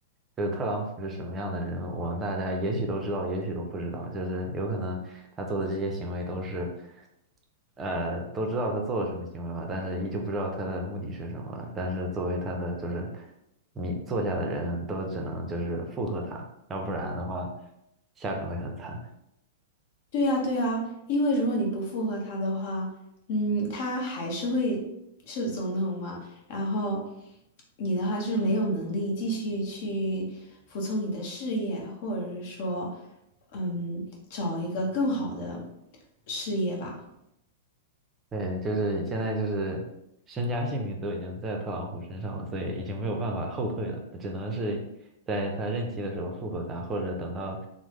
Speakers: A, on the right; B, on the left.
A: 就是特朗普是什么样的人，我们大家也许都知道，也许都不知道，就是有可能他做的这些行为都是。呃，都知道他做了什么行为吧，但是依旧不知道他的目的是什么。但是作为他的就是你坐下的人都只能就是附和他，要不然的话下场会很惨。
B: 对呀，对呀，因为如果你不附和他的话，嗯，他还是会是总统嘛，然后你的话是没有能力继续去服从你的事业，或者是说，嗯，找一个更好的事业吧。
A: 对，就是现在就是身家性命都已经在特朗普身上了，所以已经没有办法后退了，只能是在他任期的时候复合他，或者等到，